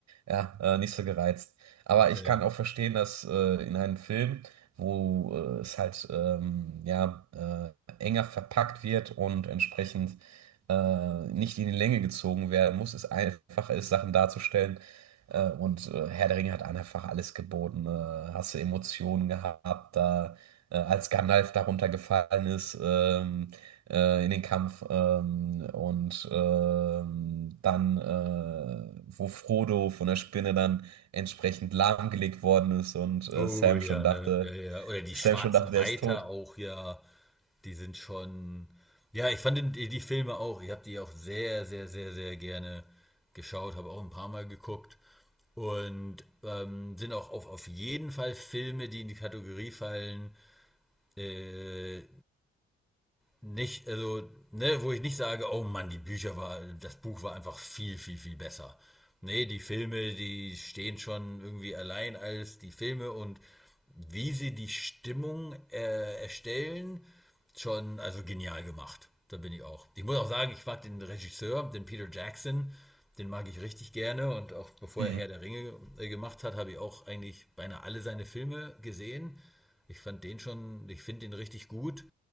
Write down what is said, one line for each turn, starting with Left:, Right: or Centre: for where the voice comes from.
Right: ja, äh, nicht so gereizt. Aber
Centre: Okay.
Right: ich kann auch verstehen, dass äh, in einem Film, wo äh, es halt ähm, ja, äh, enger verpackt wird und entsprechend äh, nicht in die Länge gezogen werden muss, es einfacher ist, Sachen darzustellen. Äh, und äh, Herr der Ringe hat einfach alles geboten. Äh, hast du Emotionen gehabt, da äh, als Gandalf darunter gefallen ist ähm, äh, in den Kampf ähm, und ähm, dann, äh, wo Frodo von der Spinne dann entsprechend lahmgelegt worden ist und äh,
Centre: Oh
Right: Sam
Centre: ja,
Right: schon dachte,
Centre: ne? Ja, ja. Oder die
Right: Sam
Centre: schwarzen
Right: schon dachte,
Centre: Reiter
Right: der ist tot.
Centre: auch, ja. Die sind schon. Ja, ich fand den- die, die Filme auch, ich habe die auch sehr, sehr, sehr, sehr gerne geschaut, habe auch ein paar Mal geguckt. Und ähm, sind auch auf, auf jeden Fall Filme, die in die Kategorie fallen, äh, nicht, also, ne, wo ich nicht sage, oh Mann, die Bücher war, das Buch war einfach viel, viel, viel besser. Nee, die Filme, die stehen schon irgendwie allein als die Filme und wie sie die Stimmung äh, erstellen, schon, also genial gemacht. Da bin ich auch. Ich muss auch sagen, ich mag den Regisseur, den Peter Jackson, den mag ich richtig gerne und auch bevor
Right: Mhm.
Centre: er Herr der Ringe äh, gemacht hat, habe ich auch eigentlich beinahe alle seine Filme gesehen. Ich fand den schon, ich finde den richtig gut.